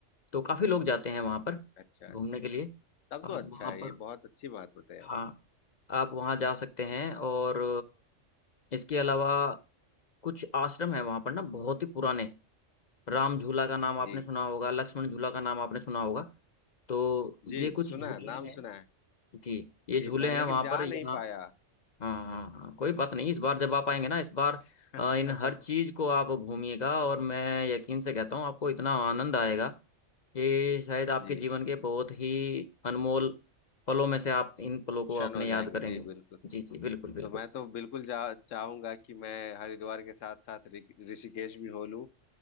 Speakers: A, on the left; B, on the left.
A: तो काफ़ी लोग जाते हैं वहाँ पर
B: अच्छा
A: घूमने
B: अच्छा
A: के लिए
B: तब
A: आप
B: तो अच्छा
A: वहाँ
B: है
A: पर
B: ये बहुत अच्छी बात बताई आपने
A: हाँ आप वहाँ जा सकते हैं और अ, इसके अलावा कुछ आश्रम है वहाँ पर ना बहुत ही पुराने राम झूला का नाम आपने
B: जी
A: सुना होगा लक्ष्मण झूला का नाम आपने सुना होगा तो ये
B: जी
A: कुछ
B: सुना
A: झूले
B: है नाम
A: हैं
B: सुना है
A: जी ये
B: जी
A: झूले
B: मैं लेकिन
A: हैं वहां
B: जा
A: पर यहाँ
B: नहीं पाया
A: हाँ हाँ हाँ कोई बात नहीं इस बार जब आप आएंगे ना इस बार
B: <laughs>
A: अ, इन हर चीज को आप घूमिएगा और मैं यकीन से कहता हूँ आपको इतना आनंद आएगा कि शायद आपके
B: जी
A: जीवन के बहुत ही अनमोल पलों में से आप इन पलों को
B: शन
A: अपने
B: हो जाएंगे
A: याद करेंगे
B: जी बिल्कुल
A: जी जी बिल्कुल बिल्कुल
B: तो मैं तो बिल्कुल जा, चाहूंगा कि मैं हरिद्वार के साथ साथ ऋ- ऋषिकेश भी हो लूं